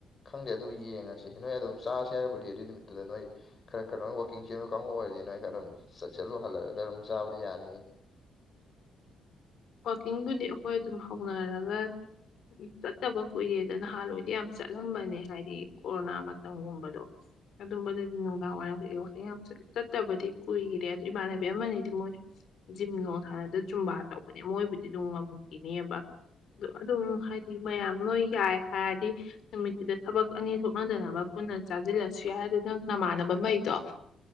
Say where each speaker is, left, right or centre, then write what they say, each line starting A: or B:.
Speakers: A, on the left (about 40°); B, on the left (about 65°).
A: ꯈꯪꯗꯦ ꯑꯗꯨ ꯌꯦꯡꯉꯁꯤ ꯅꯣꯏ ꯑꯗꯨꯝ ꯆꯥꯁꯦ ꯍꯥꯏꯕꯨꯗꯤ ꯑꯗꯨꯏ ꯅꯨꯃꯤꯠꯇꯨꯗ ꯅꯣꯏ ꯈꯔ ꯈꯔ ꯋꯥꯀꯤꯡ ꯆꯦꯟꯕ ꯀꯥꯡꯕꯨ ꯑꯣꯏꯔꯗꯤ ꯅꯣꯏ ꯈꯔ ꯑꯗꯨꯝ ꯆꯠꯂꯨ ꯍꯜꯂꯒ ꯑꯗꯨꯝ ꯆꯥ ꯌꯥꯅꯤ
B: ꯋꯥꯛꯀꯤꯡꯗꯨꯗꯤ ꯑꯩꯈꯣꯏ ꯑꯗꯨꯝ ꯍꯧꯅꯔꯒ ꯆꯠꯇꯕ ꯀꯨꯏꯔꯦꯗ ꯅꯍꯥꯟꯋꯥꯏꯗꯤ ꯌꯥꯝ ꯆꯠꯂꯝꯕꯅꯦ ꯍꯥꯏꯗꯤ ꯀꯣꯔꯣꯅꯥ ꯃꯇꯝꯒꯨꯝꯕꯗꯣ ꯑꯗꯨꯝꯕꯗꯗꯤ ꯅꯨꯡꯗꯥꯡ ꯋꯥꯏꯔꯝ ꯌꯥꯝꯠꯂ ꯆꯠꯇꯕꯗꯤ ꯀꯨꯏꯔꯦ ꯑꯗꯨ ꯏꯃꯥꯟꯅꯕꯤ ꯑꯃꯅꯤꯗꯤ ꯃꯣꯏ ꯖꯤꯝꯒꯣꯡꯁꯥꯅꯗ ꯆꯨꯝꯕꯥ ꯇꯧꯕꯅꯦ ꯃꯣꯏꯕꯨꯗꯤ ꯑꯗꯨꯝ ꯉꯝꯃꯈꯤꯅꯦꯕ ꯑ ꯑꯗꯨꯝ ꯍꯥꯏꯗꯤ ꯃꯌꯥꯝ ꯅꯣꯏ ꯌꯥꯏ ꯍꯥꯏꯔꯗꯤ ꯅꯨꯃꯤꯠꯇꯨꯗ ꯊꯕꯛ ꯑꯅꯤ ꯊꯣꯛꯅꯗꯅꯕ ꯃꯨꯟꯅ ꯆꯥꯁꯤꯜꯂꯁꯨ ꯌꯥꯏꯗ ꯅꯪ ꯅꯃꯥꯟꯅꯕ ꯃꯩꯗꯣ